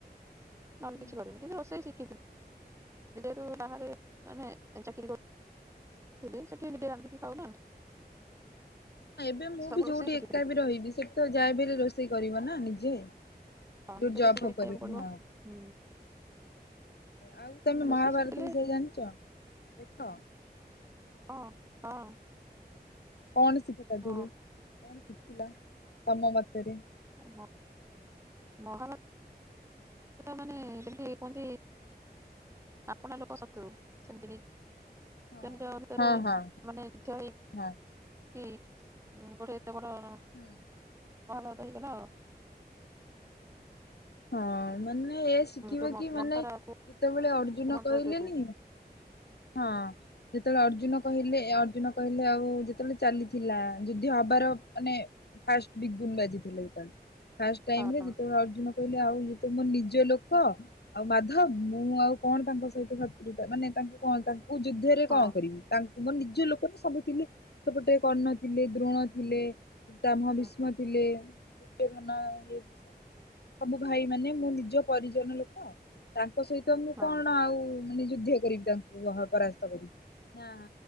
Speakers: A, on the right (about 15°); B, on the left (about 75°).
A: ନହେଲେ
B: ହୁଁ
A: କିଛି କରିବିନି କିନ୍ତୁ ରୋଷେଇ ଶିଖିଥିଲି ଯେହେତୁ ବାହାରେ ମାନେ ଚାକିର କର ସିଦିନେ ସେଠି ଆଇ ନି ରାନ୍ଧିକି ଖାଉ ନା
B: ଏ ମୁଁ
A: ସବୁ
B: ବି ଯୋଉଠି
A: ରୋଷେଇ ଶିଖିଥିଲି।
B: ଏକା ବି ରହିବି ସେଠ ତ ଯାଏବ ରୋଷେଇ କରିବ ନା ନିଜେ
A: ହଁ
B: ଯୋଉଠି
A: ନିଜେ
B: ଜବ୍
A: ତ ସେ
B: ଫବ୍
A: କରି
B: କରିବ
A: ଖାଇକୁ ପଡିବ
B: ହଁ।
A: ହୁଁ
B: ଆଉ ତମେ
A: ରୋଷେଇ
B: ମହାଭାରତ
A: ଶିଖିଥିଲେ
B: ବିଷୟରେ ଜାଣିଛ ଦେଖ
A: ହ ହଁ
B: କଣ ଶିଖ ତା ଦେରୁ
A: ହଁ
B: କଣ ଶିଖିଲା ତମ ମତରେ
A: ମ ମହଲ ମାନେ ଯେମତି କୁହନ୍ତି ଆପଣ ଲୋକ ଶତ୍ରୁ ସେମତି
B: ହଁ
A: ଭିତରେ
B: ହଁ
A: ମାନେ ଜ
B: ହଁ।
A: ହ ବଟେ ଏତେ ବଡ ହ
B: ହଁ
A: ବା ତଇକ
B: ହଁ ମାନେ ଏ ଶିଖିବ
A: ଯୋଉ
B: କି ମାନେ
A: ମନ୍ଥରା କୁ
B: ଯେତେବେଳେ ଅର୍ଜୁନ
A: ମନ୍ତ୍ର
B: କହିଲେନି
A: ଯୋଗୁ
B: ହଁ ଯେତେବେଳେ ଅର୍ଜୁନ କହିଲେ ଅର୍ଜୁନ କହିଲେ ଆଉ ଯେତେବେଳେ ଚାଲିଥିଲା ଯୁଦ୍ଧ ହବାର ମାନେ ଫୁ ବା ଯେତ
A: ହଁ।
B: ଅଜୁନ କହିଲେ ଆଉ ଇଏ ତ ମୋ ନିଜ ଲୋକ ଆଉ ମାଧବ ମୁଁ ଆଉ କଣ ତାଙ୍କ ସହିତ ଶତ୍ରୁତା ମାନେ ତାଙ୍କୁ କଣ ତାଙ୍କୁ ଯୁଦ୍ଧରେ
A: ହଁ
B: କଣ କରିବି ତା ମୋର ନିଜ ଲୋକ ନା ସବୁ ଥିଲେ ସେପଟେ କର୍ଣ୍ଣ ଥିଲେ ଦ୍ରୋଣ ଥିଲେ ଶାମ
A: ହୁଁ
B: ଭୀଷ୍ମ ଥିଲେ ଦୁର୍ଯ୍ୟୋଧନ ଦ ସବୁ ଭାଇ ମାନେ ମୁଁ ନିଜ ପରିଜନ ଲୋକ ତାଙ୍କ ସହିତ ମୁଁ
A: ହଁ
B: କଣ ଆଉ ମାନେ ଯୁଦ୍ଧ କରିବି ତାଙ୍କୁ ପରାସ୍ତ କରିବି ନା